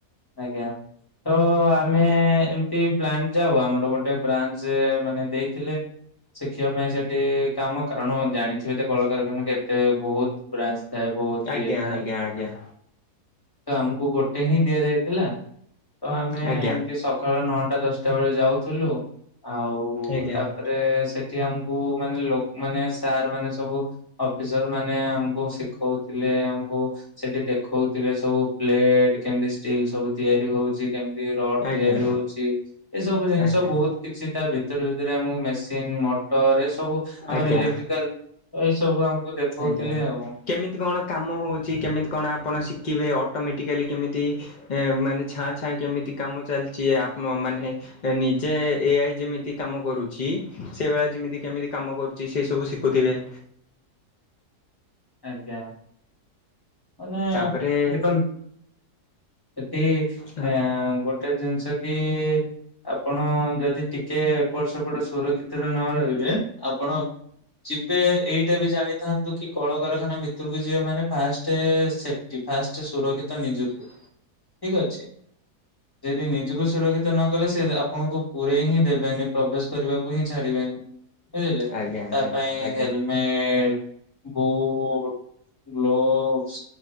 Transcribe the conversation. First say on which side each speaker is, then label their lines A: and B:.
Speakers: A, on the left; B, on the left.
A: ଆଜ୍ଞା। ତ ଆମେ ଏମତି ପ୍ଲାଣ୍ଟ ଯାଉ ଆମର ଗୋଟେ ବ୍ରାଞ୍ଚ ମାନେ ଦେଇଥିଲେ। ଶିଖିବା ପାଇଁ ସେଠି କାମ କାରଣ ଜାଣିଥିବି ତ କଳକାରଖାନା କେତେ ବହୁତ ବ୍ରାଞ୍ଚ ଥାଏ ବୋହୁତ
B: ଆଜ୍ଞା
A: ଇଏ ଥାଏ।
B: ଆଜ୍ଞା।
A: ତ ଆମକୁ ଗୋଟେ ହିଁ ଦିଆଯାଇଥିଲା ତ ଆମେ ଏମତି
B: ଆଜ୍ଞା
A: ସ ସକାଳ ନଅଟା ଦଶଟା ବେଳେ ଯାଉଥିଲୁ ଆଉ
B: ଆଜ୍ଞା।
A: ତାପରେ ସେଠି ଆମକୁ ମାନେ ଲୋ ମାନେ ସାର୍ ମାନେ ସବୁ ଅଫିସର ମାନେ ଆମକୁ ଶିଖଉଥିଲେ ଆମକୁ ସେଠି ଦେଖଉଥିଲେ ସବୁ ପ୍ଲେଟ କେମତି ଷ୍ଟିଲ୍ ସବୁ ତିଆରି ହଉଛି କେମ ତି ରଡ
B: ଆଜ୍ଞା
A: ତିଆରି ହଉଛି ଏ ସବୁ ଜିନିଷ
B: ଆଜ୍ଞା
A: ବହୁତ କିଛି ତା ଭିତରେ ଭିତରେ ଆମକୁ ମେସିନ୍ ମଟର ଏ ସବୁ ଆମର
B: ଆଜ୍ଞା
A: ଇଲେକ୍ଟ୍ରିକାଲ ଏଇ ସବୁ ଆମକୁ ଦେଖଉଥିଲେ
B: ଆଜ୍ଞା।
A: ଆଉ।
B: କେମିତି କଣ କାମ ହେଉଛି କେମିତି କଣ ଆପଣ ଶିଖିବେ ଅଟୋମେଟିକାଲି କେମିତି ଏ ମାନେ ଛାଁ ଛାଁ କେମିତି କାମ ଚାଲିଛି ଆପ ମାନେ ନିଜେ ଏ ଆଇ ଯେମିତି କାମ କରୁଛି ସେଇଭଳିଆ ଯେମିତି କେମିତି କାମ କରୁଛି ସେ ସବୁ ଶିଖୁଥିବେ।
A: ଆଜ୍ଞା ମାନେ
B: ତାପରେ
A: ଦେଖନ୍ତୁ ସେଠି
B: ହଁ
A: ଆ ଗୋଟେ ଜିନିଷ କି ଆପଣ ଯଦି ଟିକେ ଏପଟ ସେପଟ ସୁରକ୍ଷିତରେ ନ ରହିବେ ଆପଣ ଯିବେ ଏଇଟା ବି ଜାଣିଥାନ୍ତୁ କି କଳକାରଖାନା ଭିତରକୁ ଯିବ ମାନେ ଫାଷ୍ଟ ସେଫ୍ଟି ଫାଷ୍ଟ ସୁରକ୍ଷିତ ନିଜକୁ।
B: ହ
A: ଠିକ ଅଛି। ଯଦି ନିଜକୁ ସୁରକ୍ଷିତ ନ କଲେ ସେ ଆପଣଙ୍କୁ ପୁରରେଇ ହିଁ ଦେବେନି ପ୍ରବେଶ କରିବାକୁ ହିଁ ଛାଡିବେନି। ବୁଝିଲେ
B: ଆଜ୍ଞା ଆଜ୍ଞା
A: ତା ପାଇଁ
B: ଆଜ୍ଞା
A: ହେଲମେଟ ବୋଟ ଗ୍ଲୋଭସ